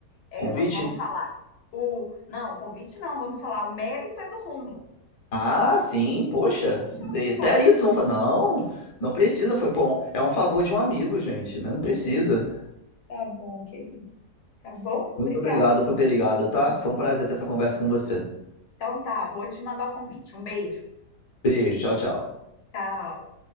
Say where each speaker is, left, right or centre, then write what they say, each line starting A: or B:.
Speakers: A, on the left; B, on the left.
A: É,
B: Convite?
A: va- vamos falar. O... Não, convite não, vamos falar. O mérito é do Rômulo.
B: Ah, sim, poxa,
A: O convite já
B: de-
A: chegará.
B: até isso vão falar. Não, não precisa, foi bom. É um favor de um amigo, gente, né? Não precisa.
A: Hum, tá bom, querido. Tá bom?
B: Muito
A: Obrigada.
B: obrigado por ter ligado, tá? Foi um prazer ter essa conversa com você.
A: Então tá, vou te mandar o convite. Um beijo.
B: Beijo, tchau, tchau.
A: Tchau.